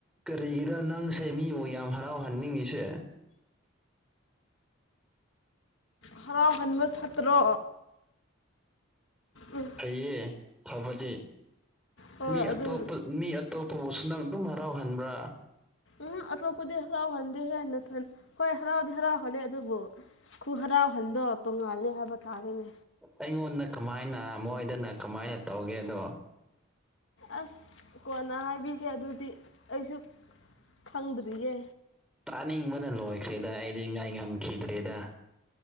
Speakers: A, in the centre; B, on the left (about 70°).
A: ꯀꯔꯤꯒꯤꯔ ꯅꯪꯁꯦ ꯃꯤꯕꯨ ꯌꯥꯝ ꯍꯔꯥꯎꯍꯟꯅꯤꯡꯉꯤꯁꯦ
B: ꯍꯔꯥꯎꯍꯟꯕ ꯐꯠꯇ꯭ꯔꯣ ꯎꯝ
A: ꯐꯩꯌꯦ ꯐꯕꯗꯤ
B: ꯍꯣꯏ
A: ꯃꯤ
B: ꯑꯗꯨ
A: ꯑꯇꯣꯞꯄ ꯃꯤ ꯑꯇꯣꯞꯄꯕꯨꯁꯨ ꯅꯪ ꯑꯗꯨꯝ ꯍꯔꯥꯎꯍꯟꯕ꯭ꯔꯥ
B: ꯎꯝ ꯑꯇꯣꯞꯄꯗꯤ ꯍꯔꯥꯎꯍꯟꯗꯦꯍꯦ ꯅꯊꯟ ꯍꯣꯏ ꯍꯔꯥꯎꯗꯤ ꯍꯔꯥꯎꯍꯜꯂꯦ ꯑꯗꯨꯕꯨ ꯈꯨ ꯍꯔꯥꯎꯍꯟꯗꯣ ꯇꯣꯡꯉꯥꯜꯂꯦ ꯍꯥꯏꯕ ꯇꯥꯔꯦꯅꯦ
A: ꯑꯩꯉꯣꯟꯗ ꯀꯃꯥꯏꯅ ꯃꯣꯏꯗꯅ ꯀꯃꯥꯏꯅ ꯇꯧꯒꯦꯗꯣ
B: ꯑꯁ ꯀꯣꯟꯅ ꯍꯥꯏꯕꯤꯒꯦ ꯑꯗꯨꯗꯤ ꯑꯩꯁꯨ ꯈꯪꯗ꯭ꯔꯤꯌꯦ
A: ꯇꯥꯅꯤꯡꯕꯅ ꯂꯣꯏꯈ꯭ꯔꯦꯗ ꯑꯩꯗꯤ ꯉꯥꯏ ꯉꯝꯈꯤꯗ꯭ꯔꯦꯗ